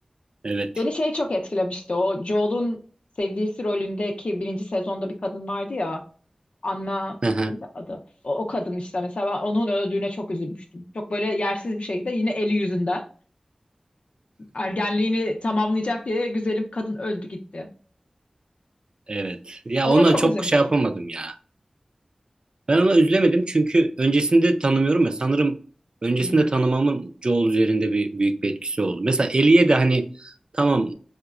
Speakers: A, on the right; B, on the left.
A: Evet,
B: Beni şey çok etkilemişti. O Joel'un sevgilisi rolündeki birinci sezonda bir kadın vardı ya. Anna
A: <laughs>
B: neydi adı? O, o kadın işte mesela ben onun öldüğüne çok üzülmüştüm. Çok böyle yersiz bir şekilde yine eli yüzünden. Ergenliğini tamamlayacak diye güzelim kadın öldü gitti.
A: evet. Ya
B: Ona
A: ona
B: çok
A: çok
B: üzülmüştüm.
A: şey yapamadım ya. Ben ona üzülemedim çünkü öncesinde tanımıyorum ya. Sanırım öncesinde
B: Hmm,
A: tanımamın Joel üzerinde bir büyük bir etkisi oldu. Mesela Ellie'ye de hani tamam